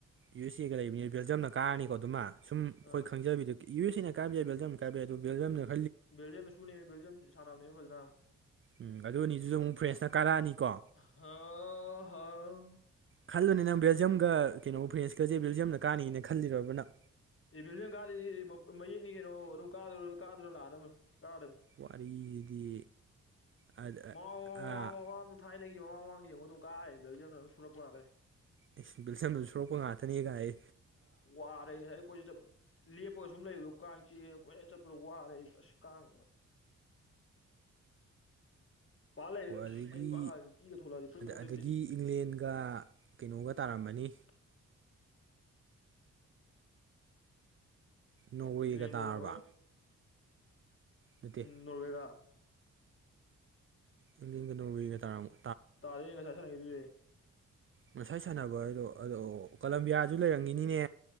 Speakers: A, on the right; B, on the left.
A: ꯌꯨ ꯑꯦꯁ ꯑꯦꯒ ꯂꯩꯕꯅꯤ ꯕꯦꯜꯖꯤꯝꯅ ꯀꯥꯔꯅꯤꯀꯣ ꯑꯗꯨꯃ ꯁꯨꯝꯈꯣꯏꯪꯖꯕꯅꯤꯗꯨ
B: ꯑ
A: ꯌꯨ ꯑꯦꯅ ꯀꯥꯝ ꯌꯥꯕ ꯕꯦꯜꯝ ꯀꯥꯏ ꯑꯗꯨꯕꯨꯕꯦꯜꯖ ꯌꯥꯝ ꯅ
B: ꯕꯦꯜꯖꯤꯌꯝ ꯅꯁꯨꯨꯅꯤ ꯕꯦꯜꯖꯤꯌꯝ ꯁꯅꯥꯅꯦ ꯐꯖꯅ
A: ꯎꯝ ꯑꯗꯨ ꯑꯅꯤꯗꯨꯗ ꯑꯃꯨꯛ ꯐ꯭ꯔꯦꯁꯅ ꯀꯥꯔꯛꯑꯅꯤꯀꯣ
B: ꯍꯥꯎ ꯍꯥꯎ
A: ꯈꯜꯂꯨꯅꯤ ꯅꯪ ꯕꯦꯜꯖꯤꯌꯝꯒ ꯀꯩꯅꯣ ꯐ꯭ꯔꯦꯟꯁꯀꯁꯦ ꯕꯦꯜꯖꯤꯌꯝꯗ ꯀꯥꯅꯅ ꯈꯜꯂꯤꯔꯕꯅ
B: ꯑꯦ ꯕꯤꯜꯗꯤꯟ ꯀꯥꯗꯗꯤ ꯃꯌꯦꯛꯅꯤ ꯀꯩꯅꯣ ꯑꯗꯨꯝ ꯀꯥ ꯀꯥꯔ ꯂꯥꯛꯑ ꯀꯔ
A: ꯋꯥꯔꯤꯗꯤ ꯑꯥ
B: ꯃ ꯊꯥꯏꯅ ꯃꯃꯥꯡ ꯃꯃꯥꯡ ꯌꯦꯡꯉꯣ ꯑꯗꯨꯝ ꯀꯥꯔꯦ ꯕꯦꯜꯗꯤꯝꯗ ꯑꯗꯨꯝ ꯁꯨꯔꯛꯄ ꯉꯗ꯭ꯔꯦ
A: ꯑꯩꯜꯁꯟꯗꯨꯜ ꯁꯣꯔꯛꯄ ꯉꯥꯛꯇꯅꯤꯒꯥꯏ ꯑꯩ
B: ꯋꯥꯔꯦꯅꯦ ꯑꯩꯈꯣꯏꯁꯨ ꯁ ꯂꯦꯞꯄꯒ ꯁꯨꯝ ꯂꯩꯕꯗꯣ ꯀꯥꯡꯁꯤ ꯀꯣꯏꯔ ꯆꯠꯄ꯭ꯔ ꯋꯥꯔꯦ ꯑꯩ ꯑꯁ ꯀꯥꯡ ꯄꯥ ꯂꯩꯔꯦ
A: ꯑꯣ
B: ꯑꯁ
A: ꯑꯗꯒꯤ
B: ꯃꯩ ꯄꯥꯛ ꯉꯥꯜꯂꯦ ꯅꯨꯄꯤꯒ ꯊꯣꯛꯂꯛꯑꯗꯤ ꯐꯨꯔꯤꯠꯀ ꯑꯃꯨꯛ
A: ꯑꯗꯒꯤ
B: ꯂꯤꯠꯇꯦ
A: ꯏꯪꯂꯦꯟꯒ ꯀꯩꯅꯣꯒ ꯇꯥꯔꯝꯃꯅꯤ
B: <inaudible>
A: ꯅꯣꯔꯋꯦꯒ
B: ꯀꯩꯅꯣꯒ
A: ꯇꯥꯔꯕ ꯅꯠꯇꯦ
B: ꯅꯣꯋꯦꯒ
A: ꯌꯊꯤꯟꯒ ꯅꯣꯔꯒꯤꯒ ꯇꯔꯥꯃꯨꯛ
B: ꯇꯗꯅꯗꯣꯏꯦ
A: ꯉꯁꯥꯏ ꯁꯥꯟꯅꯕ ꯍꯥꯏꯗꯣ ꯑꯗꯣ ꯀꯂꯝꯕꯤꯌꯥꯁꯨ ꯂꯩꯔꯝꯒꯤꯅꯤꯅꯦ